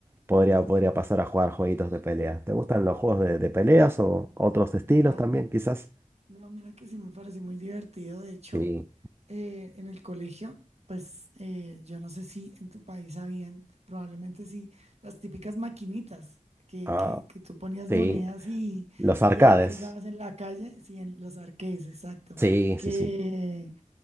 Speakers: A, on the right; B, on the right.
A: podría, podría pasar a jugar jueguitos de pelea. ¿Te gustan los juegos de, de peleas o otros estilos
B: Ah,
A: también, quizás?
B: No, mira que sí me parece muy divertido. De hecho,
A: Sí.
B: eh, en el colegio, pues eh, yo no sé si en tu país habían, probablemente sí, las típicas maquinitas que,
A: Ah,
B: que, que tú ponías
A: sí.
B: monedas y,
A: Los arcades.
B: y ahí jugabas en la calle, sí, en los arcades, exacto.
A: Sí,
B: Que,
A: sí, sí.